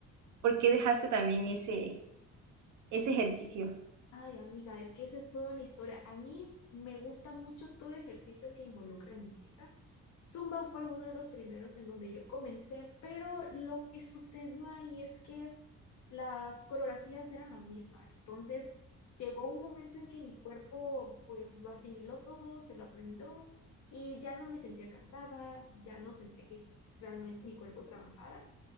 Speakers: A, on the right; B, on the left.
A: por qué dejaste también ese, ese ejercicio.
B: Ay, amiga, es que eso es toda una historia. A mí me gusta mucho todo ejercicio que involucre música. Zumba fue uno de los primeros en donde yo comencé, pero lo que sucedió ahí es que las coreografías eran la misma. Entonces llegó un momento en que mi cuerpo pues lo asimiló todo, se lo aprendió y ya no me sentía cansada, ya no sentía que realmente mi cuerpo trabajara.